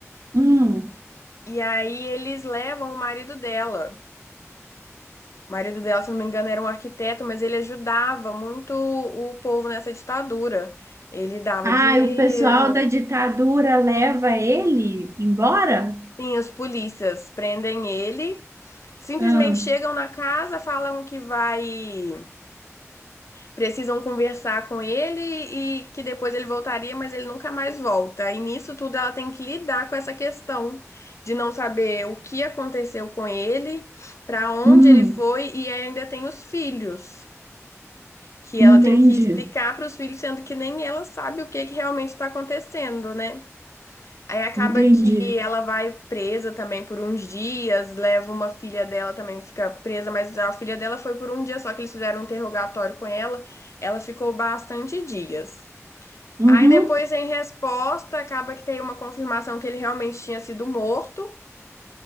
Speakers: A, on the right (about 65°); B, on the left (about 70°).
A: Hum.
B: E aí eles levam o marido dela. O marido dela, se não me engano, era um arquiteto, mas ele ajudava muito o povo nessa ditadura. Ele dava
A: Ah,
B: dinheiro.
A: e o pessoal da ditadura leva ele embora?
B: Sim, as polícias prendem ele, simplesmente
A: Ah,
B: chegam na casa, falam que vai precisam conversar com ele e que depois ele voltaria, mas ele nunca mais volta. E nisso tudo ela tem que lidar com essa questão de não saber o que aconteceu com ele, para onde
A: hum,
B: ele foi e ainda tem os filhos, que
A: entendi,
B: ela tem que explicar para os filhos, sendo que nem ela sabe o que que realmente está acontecendo, né? Aí acaba
A: entendi.
B: que ela vai presa também por uns dias, leva uma filha dela também, fica presa, mas a filha dela foi por um dia só que eles fizeram um interrogatório com ela, ela ficou bastante dias.
A: Uhum,
B: Aí depois, em resposta, acaba que tem uma confirmação que ele realmente tinha sido morto,